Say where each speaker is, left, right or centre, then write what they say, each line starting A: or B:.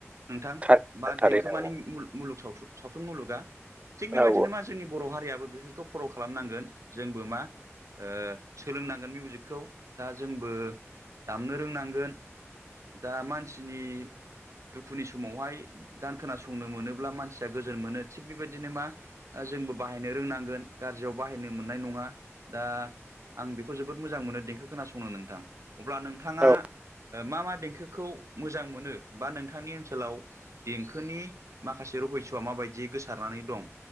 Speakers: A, on the right; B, on the right.
A: नोंथां
B: थारैनो
A: मा
B: थारैनो
A: देंखो मानि
B: औ
A: मुलुग सावथुन सावथुन मुलुगा थिग बेबायदिनो
B: औ
A: मा जोंनि बर' हारियाबो बिसोरखौ फल' खालामनांगोन जोंबो मा ओ सोलोंनांगोन मिउजिकखौ दा जोंबो दामनो रोंनांगोन दा मानसिनि दुखुनि समावहाय गान खोनासंनो मोनोब्ला मानसिया गोजोन मोनो थिग बेबायदिनो मा जोंबो बाहायनो रोंनांगोन गाज्रियाव बाहायनो मोननाय नङा दा आं बेखौ जोबोद मोजां मोनो देंखो खोनासंनो नोंथां अब्ला नोंथाङा
B: औ
A: मा मा देंखोखौ मोजां मोनो बा नोंथांनि ओनसोलाव देंखोनि माखासे रहस्य'आ माबायदि गोसारनानै दं